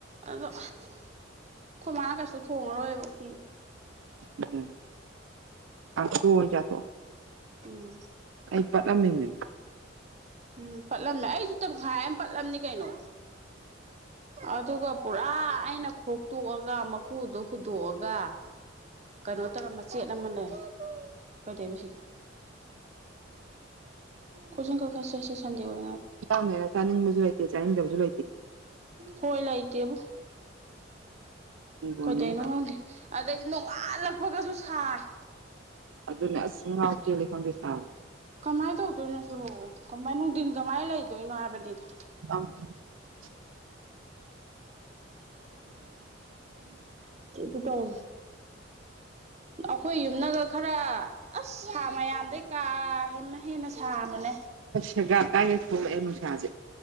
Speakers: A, on the right; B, on the right.
A: ꯑꯗꯣ ꯑꯩꯈꯣꯏ ꯃꯥꯅ ꯀꯩꯁꯨ ꯊꯣꯡꯉꯔꯣꯏꯕ ꯎꯇꯤ
B: ꯎꯝ ꯀꯥꯡꯁꯨ ꯑꯣꯢꯅ ꯆꯊꯣꯛꯑꯣ
A: ꯎꯝ
B: ꯑꯩ ꯄꯠꯂꯝꯃꯤꯅꯦ
A: ꯎꯝ ꯄꯠꯂꯝꯃꯦ ꯑꯩꯁꯨ ꯇꯈꯥꯏ ꯑꯃ ꯄꯠꯂꯝꯅꯤ ꯀꯩꯅꯣ ꯑꯗꯨꯒ ꯄꯨꯔꯥ ꯑꯩꯅ ꯈꯣꯛꯇꯣꯛꯑꯒ ꯃꯀꯨꯗꯣ ꯍꯨꯟꯗꯣꯛꯑꯒ ꯒ ꯀꯩꯅꯣ ꯇꯧꯔꯝꯕꯆꯦꯠ ꯑꯃꯅꯦ ꯀꯩꯗꯧ ꯁꯤꯗꯤ ꯈꯨꯖꯤꯡ ꯀꯥꯛꯁꯦ ꯁꯟꯗꯦ ꯑꯣꯢ
B: ꯆꯥꯡ ꯆꯥꯅꯤꯡ ꯃ ꯍꯥꯏꯦ ꯆ <inaudible>
A: ꯍꯣꯏ ꯂꯩꯇꯦꯕꯣ
B: ꯍꯤꯡꯒꯣꯜꯅꯤꯅ
A: ꯀꯩꯗꯩꯅꯣ ꯈꯪꯗꯦ ꯑꯗꯩꯗꯤ ꯅꯣꯡꯉꯥꯜꯂꯛꯄꯒꯁꯨ ꯁꯥꯏ
B: ꯑꯗꯨꯅꯦ ꯑꯁ ꯉꯥꯎ ꯆꯦꯜꯜꯂꯤꯦ ꯈꯪꯗꯦ ꯁꯥꯕ꯭ꯔꯣ
A: ꯀꯃꯥꯏꯅ ꯇꯧꯗꯣꯏꯅꯣ ꯁꯤꯕ ꯀꯃꯥꯏ ꯅꯨꯡꯇꯤ ꯀꯃꯥꯏꯅ ꯂꯩꯗꯣꯏꯅꯣ ꯍꯥꯏꯕꯅꯤꯗ
B: <unintelligible> <unintelligible>
A: ꯎꯝꯗꯤ ꯇꯧ ꯑꯩꯈꯣꯏ ꯅꯒ ꯈꯔ ꯑꯁ ꯁꯥ ꯃꯌꯥꯝꯗꯩ ꯀꯥ ꯍꯦꯃ ꯍꯦꯟꯅ ꯁꯥꯕꯅꯦ
B: ꯒꯒꯥ ꯇꯒꯦ ꯁꯦꯅꯅꯨꯡꯁꯥꯖꯦ